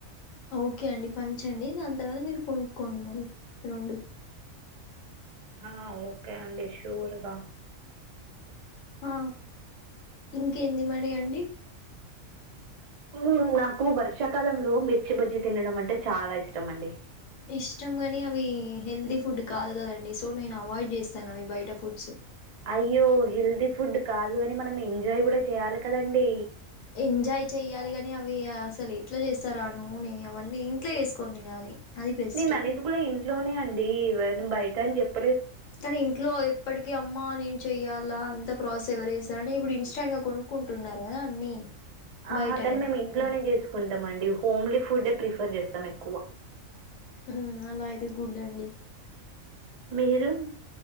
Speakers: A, on the left; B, on the right.
A: ఓకే అండి పంచండి దాని తర్వాత మీరు కొనుక్కోండి మరి రెండు
B: ఆ ఓకే అండి షూర్ గ
A: ఆ ఇంకేంది మడి అండి
B: ఉ నాకు వర్షాకాలంలో మిర్చి బజ్జి తినడం అంటే చాలా ఇష్టం అండి
A: ఇష్టం కాని అవి హెల్తీ ఫుడ్ కాదు కదండి సో నేను అవాయిడ్ చేస్తాను అవి బయట ఫుడ్స్
B: అయ్యో హెల్తీ ఫుడ్ కాదు కాని మనం ఎంజాయ్ కూడా చేయాలి కదండి
A: ఎంజాయ్ చెయ్యాలి కాని అవి అసలు ఎట్లా చేస్తరు స్తార నూనె అవన్నీ ఇంట్లో చేసుకోని తినాలి అది బెస్ట్
B: నేను అనేది కూడా ఇంట్లోనే అండి బయట అని చెప్
A: కానీ ఇంట్లో ఎప్పటికి అమ్మ నేను చెయ్యాలా అంత ప్రాసస్ ఎవరుచేస్తారని ఇప్పుడు ఇన్స్టాంట్గా కొనుక్కుంటున్నారు కదా అన్ని
B: ఆహా
A: బయటనే
B: కాని మేము ఇంట్లోనే చేసుకుంటాం అండి హోమ్లీ ఫుడే ప్రిఫర్ చేస్తాం ఎక్కువ
A: ఉ అలా అయితే గుడ్ అండి
B: మీరు